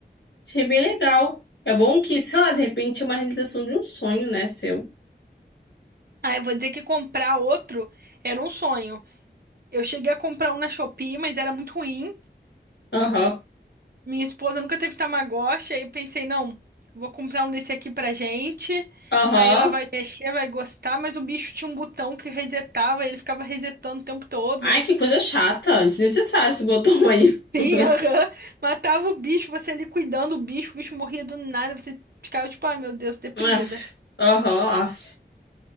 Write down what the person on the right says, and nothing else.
Ah, eu vou dizer que comprar outro era um sonho. Eu cheguei a comprar um na Shopee, mas era muito ruim.
Minha esposa nunca teve Tamagotchi, aí eu pensei, não, vou comprar um desse aqui pra gente.
Aí ela vai mexer, vai gostar, mas o bicho tinha um botão que resetava, ele ficava resetando o tempo todo.
<laughs>
Sim, aham. Matava o bicho, você ali cuidando do bicho, o bicho morria do nada, você ficava tipo, ai meu Deus, deprimida.